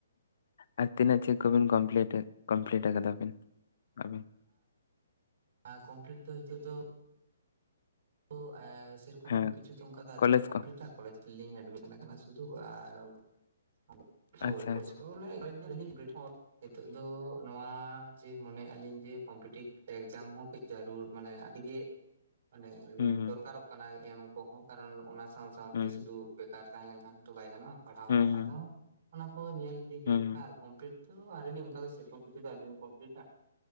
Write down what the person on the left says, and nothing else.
ᱟᱨ ᱛᱤᱱᱟᱹᱜ ᱪᱮᱫ ᱠᱚᱵᱤᱱ ᱠᱚᱢᱯᱞᱤᱴ ᱠᱚᱢᱯᱞᱤᱴ ᱟᱠᱟᱫᱟ ᱵᱮᱱ ᱟᱵᱤᱱ?
ᱦᱮᱸ
ᱠᱚᱞᱮᱡᱽ
ᱠᱚ
ᱟᱪᱪᱷᱟ
ᱟᱪᱪᱷᱟ
ᱦᱩᱸ ᱦᱩᱸ
ᱦᱩᱸ
ᱦᱩᱸ
ᱦᱩᱸ